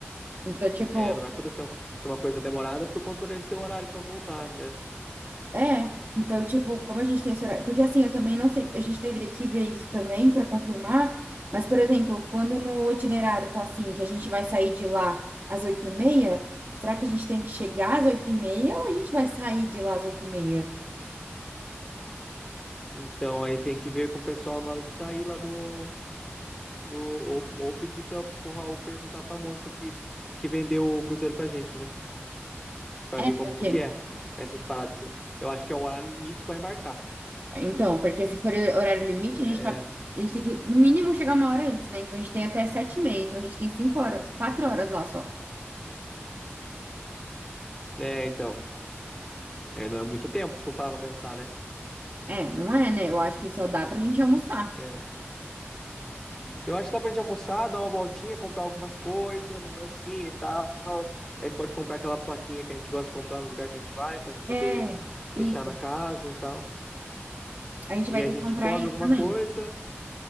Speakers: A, on the right (about 50°); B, on the left (about 20°).
A: Então, tipo,
B: É, não vai poder ser, um- ser uma coisa demorada por conta de ter horário pra voltar, né?
A: É, então, tipo, como a gente tem esse horário. Porque assim, eu também não sei, a gente deveria que ver isso também para confirmar. Mas, por exemplo, quando no itinerário tá assim, que a gente vai sair de lá às oito e meia, será que a gente tem que chegar às oito e meia ou a gente vai sair de lá às oito e meia?
B: Então aí tem que ver com o pessoal na hora de sair lá do, do ou, ou pedir para o Raul perguntar pra moça que que vendeu o cruzeiro pra gente, né? Pra
A: É,
B: ver como
A: porque.
B: que é essas paradas. Eu acho que é o horário limite pra embarcar.
A: Então, porque se for horário limite, a
B: É,
A: gente tá. A gente tem que, no mínimo, chegar uma hora antes, né? Então a gente tem até sete e meia, então a gente tem cinco horas, quatro horas lá só.
B: é, então, é, não é muito tempo se for parar pra pensar, né?
A: É, não é, né? Eu acho que só dá pra gente almoçar.
B: É, Eu acho que dá pra gente almoçar, dar uma voltinha, comprar algumas coisas, lembrancinha e tal. A gente pode comprar aquela plaquinha que a gente gosta de comprar nos lugares que a gente vai, pra gente poder
A: É, isso.
B: deixar na casa e tal.
A: A gente
B: E
A: vai
B: a
A: ter
B: gente
A: que comprar
B: come
A: isso
B: alguma
A: também.
B: coisa.